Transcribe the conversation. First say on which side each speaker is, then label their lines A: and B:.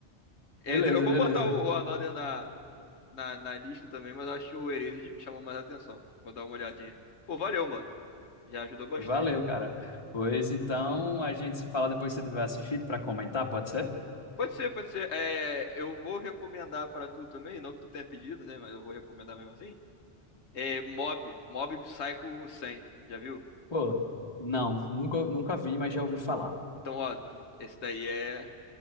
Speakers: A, on the left; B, on the left.
A: É,
B: Beleza,
A: eu vou
B: beleza.
A: botar o, o Another na, na, na lista também, mas acho que o Erased me chamou mais atenção. Vou dar uma olhadinha. Pô, valeu, mano. Já ajudou bastante.
B: Valeu, cara. Pois então, a gente se fala depois que você tiver assistido pra comentar, pode ser?
A: Pode ser, pode ser. É, eu vou recomendar pra tu também, não que tu tenha pedido, né? Mas eu vou recomendar mesmo assim. É Mob, Mob Psycho 100, já viu?
B: Pô, não, nunca, nunca vi, mas já ouvi falar.
A: Então, ó, tu- esse daí é,